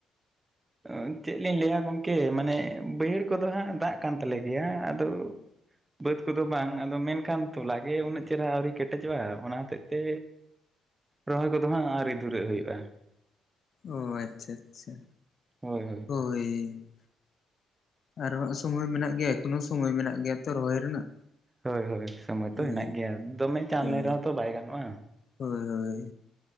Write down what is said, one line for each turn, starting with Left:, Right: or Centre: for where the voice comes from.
Right: ᱚ ᱪᱮᱫ ᱞᱤᱧ ᱞᱟᱹᱭᱼᱟ ᱜᱚᱝᱠᱮ? ᱢᱟᱱᱮ ᱵᱟᱹᱭᱦᱟᱹᱲ ᱠᱚᱫᱚ ᱦᱟᱸᱜ ᱫᱟᱜ ᱠᱟᱱ ᱛᱟᱞᱮ ᱜᱮᱭᱟ, ᱟᱫᱚ ᱵᱟᱹᱫᱽ ᱠᱚᱫᱚ ᱵᱟᱝ, ᱟᱫᱚ ᱢᱮᱱᱠᱷᱟᱱ ᱛᱚᱞᱮ ᱜᱮ ᱩᱱᱟᱹᱜ ᱪᱮᱦᱨᱟ ᱟᱹᱣᱨᱤ ᱠᱮᱴᱮᱡᱚᱜᱼᱟ ᱚᱱᱟ ᱦᱚᱛᱮᱡ ᱛᱮᱻ ᱨᱚᱦᱚᱭ ᱠᱚᱫᱚ ᱦᱟᱸᱜ ᱟᱹᱣᱨᱤ ᱫᱷᱩᱨᱟᱹᱜ ᱦᱩᱭᱩᱜᱼᱟ᱾
Left: ᱚ ᱟᱪᱪᱷᱟ ᱟᱪᱪᱷᱟ᱾
Right: ᱦᱳᱭ ᱦᱳᱭ᱾
Left: ᱦᱳᱭ᱾ ᱟᱨᱚ ᱦᱟᱸᱜ ᱥᱳᱢᱳᱭ ᱢᱮᱱᱟᱜ ᱜᱮᱭᱟ, ᱮᱠᱷᱚᱱᱳ ᱥᱳᱢᱳᱭ ᱢᱮᱱᱟᱜ ᱜᱮᱭᱟ ᱛᱚ ᱨᱚᱦᱚᱭ ᱨᱮᱱᱟᱜ᱾
Right: ᱦᱳᱭ ᱦᱳᱭ ᱥᱚᱢᱚᱭ ᱛᱚ
Left: ᱦᱳᱭ
Right: ᱦᱮᱱᱟᱜ ᱜᱮᱭᱟ, ᱫᱚᱢᱮ ᱪᱟᱸᱲ
Left: ᱦᱳᱭ
Right: ᱞᱮ ᱨᱮᱦᱚᱸ ᱛᱚ ᱵᱟᱭ ᱜᱟᱱᱚᱜᱼᱟ᱾
Left: ᱦᱳᱭ ᱦᱳᱭ